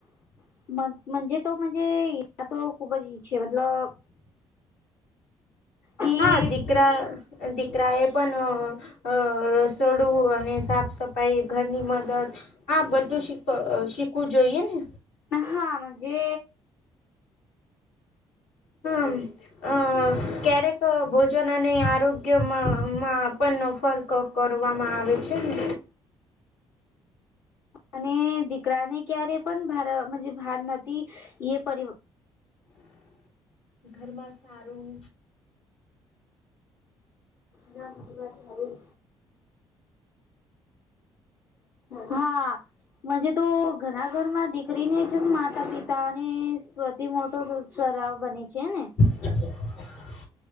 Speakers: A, on the left; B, on the left.
A: જ તોજ તો ખૂબ જ ઈચ્છ જે મતલબ કે
B: હા દીકરા દીકરા એ પણ અ રસોડું અને સાફ સફાઈ ઘરની મદદ હા બધું શી શીખવું જોઈએ ને
A: હાજે
B: હા અ ક્યારેક ભોજન અને આરોગ્યમાં પણ ફરક ક કરવામાં આવે છે ને
A: અને દીકરાને ક્યારે પણ ભાર ભાર નથી એ પર
B: ઘરમાં સારું
A: ના ભરવાર ધડું હા જ તો ઘણા ઘરમાં દીકરીને જ માતા પિતા અને સ્વતી મોટો સરાવ બને છે ને
B: હ